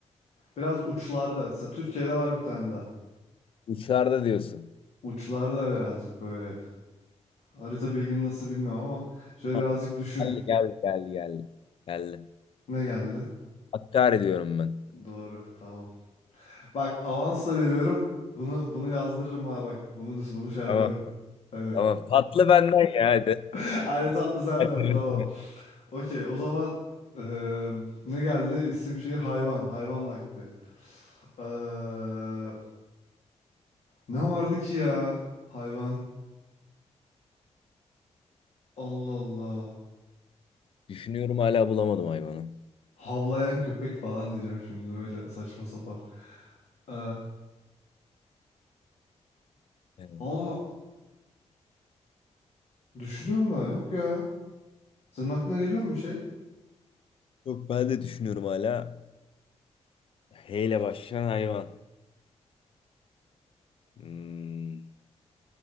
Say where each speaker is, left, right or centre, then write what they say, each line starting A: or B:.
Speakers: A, on the left (about 65°); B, on the left (about 50°).
A: Biraz uçlarda. Mesela Türkiye'de var bir tane daha.
B: Uçarda diyorsun.
A: Uçlarda birazcık böyle. Harita bilgin nasıl bilmiyorum ama şöyle
B: Tamam,
A: birazcık düşün.
B: Geldi geldi geldi geldi. Geldi.
A: Ne geldi?
B: Hakkari diyorum ben.
A: Doğru. Tamam. Bak avansla veriyorum. Bunu bunu yazdırırım ha bak. Bunu bunu şey yaparım.
B: Tamam. Tamam.
A: Hadi.
B: Tamam. Patlı benden ya hadi.
A: <laughs> Hadi tatlı senden
B: <laughs>
A: tamam. Okey o zaman eee, ne geldi? İsim şehir hayvan. Hayvan vakti. Eee, ne vardı ki ya? Hayvan. Allah Allah.
B: Düşünüyorum hala bulamadım hayvanı.
A: Havlayan köpek falan diyeceğim şimdi böyle saçma sapan. Ee,
B: Evet.
A: aa düşünüyorum da yok ya. Senin aklına geliyor mu bir şey?
B: Yok ben de düşünüyorum hala. H ile başlayan hayvan. Hmm.